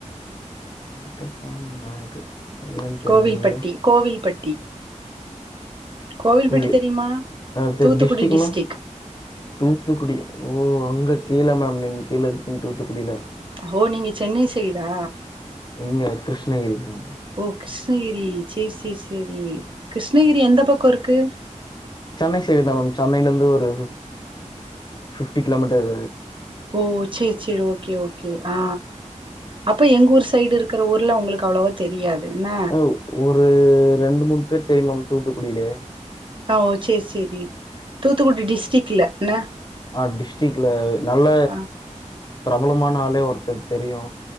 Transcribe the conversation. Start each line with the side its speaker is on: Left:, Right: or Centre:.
Left: வெங்கடசாமி நாயுடு என்னன்னு தெர்லீங்களே
Right: கோவில்பட்டி கோவில்பட்டி கோவில்பட்டி
Left: ஓ
Right: தெரியுமா
Left: அ த
Right: தூத்துக்குடி
Left: டிஸ்டிக்னா
Right: டிஸ்டிக்
Left: தூத்துக்குடி ஓ அங்க கீழே மேம்ங்க கீழ கு தூத்துக்குடியில
Right: ஓ நீங்க சென்னை சைடா
Left: இங்க கிருஷ்ணகிரி மேம்
Right: ஓ கிருஷ்ணகிரி செரி செரி செரி கிருஷ்ணகிரி எந்த பக்கோ இருக்கு
Left: சென்னை சைடு தா மேம் சென்னையிலந்து ஒரு ஃபிஃப்டி கிலோமீட்டரு
Right: ஓ சரி சரி ஓகே ஓகே ஆ அப்ப எங்க ஊர் சைடு இருக்கிற ஊர்ல உங்களுக்கு அவ்வளவோ தெரியாது என்ன
Left: அ ஒரு ரெண்டு மூணு பேர் தெரியம் மேம் தூத்துக்குடியிலே
Right: ஓ சரி சரி தூத்துக்குடி டிஸ்ரிக்ல என்ன
Left: ஆ டிஸ்டிகில நல்ல
Right: ஆ
Left: பிரபலமானாலே ஒருத்தர் தெரியு